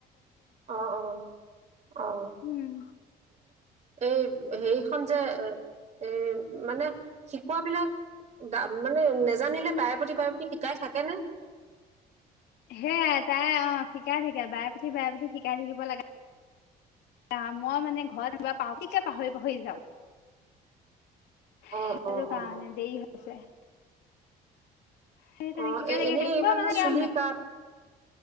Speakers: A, on the right; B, on the left.
A: অ', অ'- অ',
B: উম
A: এই হেৰিখন যে এ মানে শিকোৱাবিলাক মানে নেজানিলে বাৰে প্ৰতি-বাৰে প্ৰতি শিকাই থাকে নে।
B: সেইয়াই তাই অ' শিকাই থাকে বাৰে পুটি বাৰে পুটি শিকাই থাকিব লাগে আও, মই মানে ঘৰত কিবা পা টিকে পাহৰি- পাহৰি যাওঁ। সেইটো
A: অ অ
B: কাৰণে
A: অ
B: দেৰি হৈছে। <inaudible> সেই তেনেকে
A: অ'
B: শিকাই
A: এ
B: থাকে
A: এনেই
B: শিকোৱা
A: এইবিলাক
B: মানে কি
A: চুলিকাত
B: আও